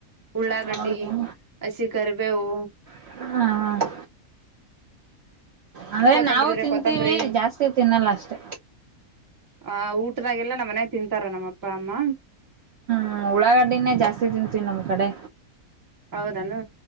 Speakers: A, on the right (about 20°); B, on the right (about 65°).
A: ಉಳ್ಳಾಗಡ್ಡಿ
B: ಹೌದೇನ
A: ಹಸಿ ಕರಿಬೇವು
B: ಹ್ಮ್ ಹ್ಮ್ ಅಂವೆ
A: ಕೊತ್ತಂಬರಿ
B: ನಾವು
A: ಇದ್ರೆ
B: ತಿಂತೀವಿ
A: ಕೊತ್ತಂಬರಿ
B: ಜಾಸ್ತಿ ತಿನ್ನಲ್ಲ ಅಷ್ಟೆ
A: ಆ ಊಟದಾಗೆಲ್ಲ ನಮ್ಮ ಮನೆ ತಿಂತಾರ ನಮ್ಮ ಅಪ್ಪ ಅಮ್ಮ
B: ಆ ಉಳ್ಳಾಗಡ್ಡಿನೇ ಜಾಸ್ತಿ ತಿಂತೀವಿ ನಮ್ಮ ಕಡೆ
A: ಹೌದೆನು